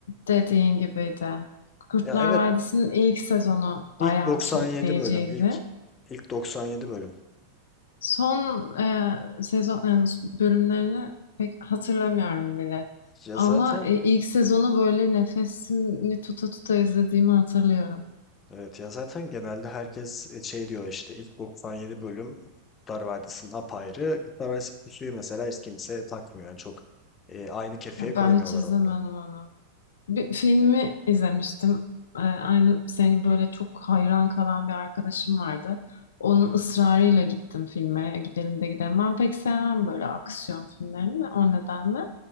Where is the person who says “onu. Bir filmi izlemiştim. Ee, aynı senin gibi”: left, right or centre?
Left